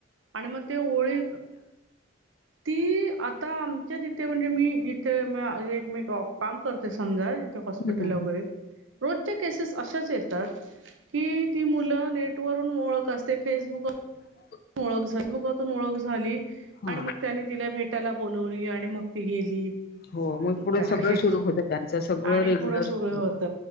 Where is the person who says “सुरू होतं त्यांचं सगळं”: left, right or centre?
Left